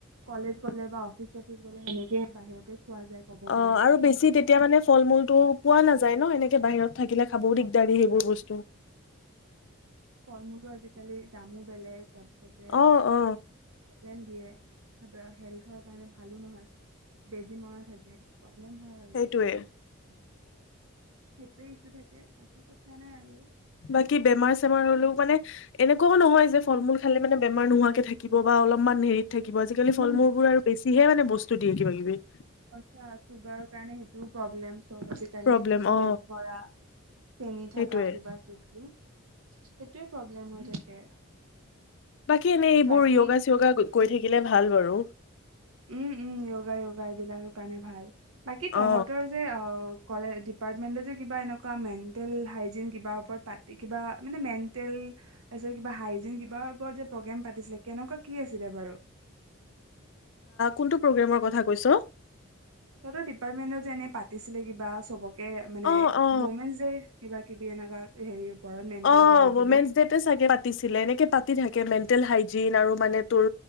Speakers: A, on the right; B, on the left.
A: কলেজ গলে বা অফিচ চফিচ গলে সেনেকেই বাহিৰতে খোৱা যায় ক'ব
B: অ
A: গ'লে
B: আৰু
A: টিফিন
B: বেছি তেতিয়া মানে ফল মূলতটো পোৱা নাযায় ন এনেকে বাহিৰত থাকিলে খাবও দিগদাৰী
A: অ
B: সেইবোৰ বস্তু
A: মোৰটো আজিকালি দামো বেলেগ তাৰ পিছতে
B: অ অ
A: ৰেন্টদিয়ে হেল্থৰ কাৰণে ভালো নহয় বেজি মৰা থাকে। হয় আৰু
B: সেইটোয়ে
A: কিছুমান। <inaudible> সেইটোৱে ইচছ্যু থাকে বাকী কথা নাই আৰু।
B: বাকী বেমাৰ চেমাৰ হ'লেও মানে এনেকুৱাও নহয় যে ফল মূল। খালে মানে বেমাৰ নোহাকে থাকিব বা অলপমান হেৰি। থাকিব আজিকালি ফল
A: উম।
B: মূলবোৰ আৰু বেছিহে মানে বস্তু। বস্তু দিয়ে কিবা কিবি
A: আচ্ছা চুগাৰৰ কাৰণে সেইটোও প্ৰব্লেম। চ আজিকালি
B: প্ৰব্লেম
A: চবজ
B: অ
A: ভৰা চেনি থকা
B: সেইটোয়ে
A: কিবা কিবি। সেইটোয়ে প্ৰব্লেম হয় থাকে।
B: বাকী এনেই এইবোৰ
A: বাকী
B: য়োগা চিয়গা কৰি থাকিলে থাকিলে ভাল বাৰু।
A: উম -উম য়োগা য়োগা এইবিলাকৰ কাৰণে ভাল। বাকী
B: অ
A: তহঁতৰ যে অ' কলেজ ডিপাৰ্টমেন্টত যে কিবা এনেকুৱা মেণ্টেল হাইজিন কিবা ওপৰত পাতি কিবা মানে মেণ্টেল কিব হাইজিন কিবাৰ ওপৰত যে প্ৰগ্ৰেম পাতিছিলে কেনেকুৱা কি আছিলে বাৰু?
B: কোনটো প্ৰগ্ৰেমৰ কথা কৈছ'
A: তহতৰ ডিপাৰ্টমেন্টৰ যে এনে পাতিছিলে কিবা চবকে। মানে
B: অ অ
A: অমেনচ ডে' ৰ কিবা কিবি এনেকা হেৰি। ওপৰত মেণ্টেল
B: অ'
A: কিবা কিবি
B: উমেন ডেতে চাগে পাতিছিলে এনেকে পাতি থাকে মে মেণ্টেন হাইজিন আৰু মানে তোৰ